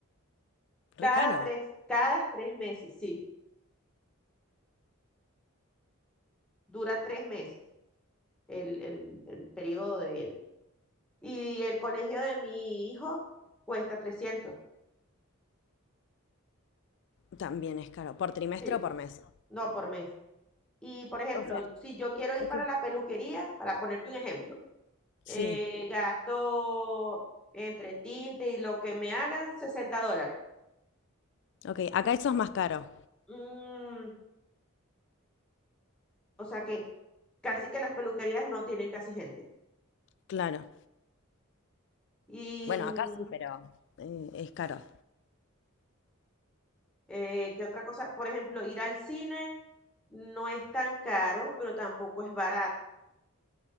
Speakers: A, in the centre; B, on the left.
A: Cada
B: Re caro.
A: tres, cada tres meses, sí, dura tres meses el, el, el periodo de él. Y el colegio de mi hijo cuesta trescientos
B: También es caro. ¿Por trimestre
A: sí,
B: o por mes?
A: no por mes. Y, por ejemplo,
B: O sea,
A: si yo quiero ir
B: ok.
A: para la peluquería, para ponerte un ejemplo,
B: Sí,
A: eh, gasto entre tinte y lo que me hagan 60 dólares
B: ok. Acá eso es más caro.
A: Mm, o sea que casi que las peluquerías no tienen casi gente.
B: Claro.
A: Y
B: Bueno,
A: mm,
B: acá sí, pero eh, es caro.
A: eh, qué otra cosa, por ejemplo, ir al cine no es tan caro, pero tampoco es barato.